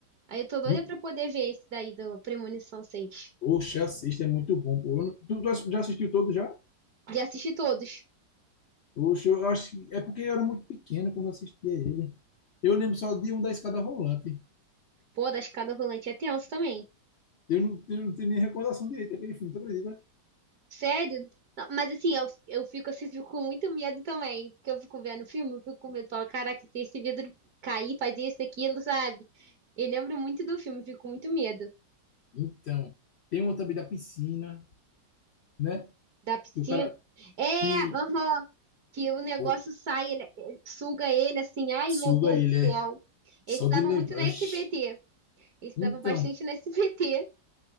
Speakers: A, on the right (about 60°); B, on the left (about 75°).
A: Aí eu tô doida
B: Ni-
A: pra poder ver esse daí do Premonição seis
B: Oxe, assista, é muito bom. pô. Eu não- Tu, tu ass- já assistiu todo já?
A: E assisti todos.
B: Oxe, eu acho que é porque eu era muito pequeno quando eu assistia ele. Eu lembro só de um da Escada Rolante.
A: Pô, da escada rolante é tenso também.
B: Eu não, eu não tenho nem recordação direita daquele filme, tu acredita?
A: Sério? Não, Mas assim, eu, eu fico assim, <laughs> fico com muito medo também. Porque eu fico vendo o filme, eu fico com medo. Falo, caraca, se esse vidro cair, fazer isso, aquilo, sabe? Eu lembro muito do filme, fico com muito medo.
B: Então, tem um também da piscina, né?
A: da piscina.
B: Que o cara
A: É,
B: que
A: aham. Que o negócio
B: pô,
A: sai, ele, ele- suga ele assim. Ai,
B: suga
A: meu Deus
B: ele,
A: do céu.
B: é.
A: Esse
B: Só
A: dava
B: de lembrar.
A: muito na SBT.
B: Oxe.
A: Esse
B: Então.
A: dava bastante na SBT.